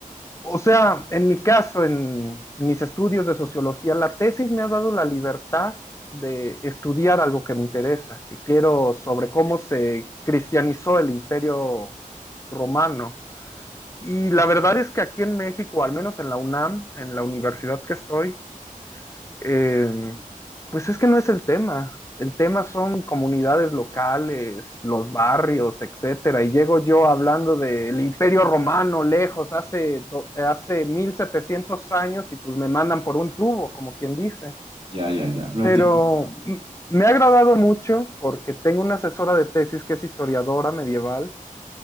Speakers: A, on the left (about 20°); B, on the right (about 40°).
A: O sea, en mi caso, en mis estudios de sociología, la tesis me ha dado la libertad de estudiar algo que me interesa, que quiero sobre cómo se cristianizó el imperio romano. Y la verdad es que aquí en México, al menos en la UNAM, en la universidad que estoy, eh, pues es que no es el tema. El tema son comunidades locales, los barrios, etcétera. Y llego yo hablando del Imperio Romano lejos, hace, do- hace 1700 años, y pues me mandan por un tubo, como quien dice.
B: Ya, ya, ya. Lo
A: Pero
B: entiendo.
A: mm, me ha agradado mucho porque tengo una asesora de tesis que es historiadora medieval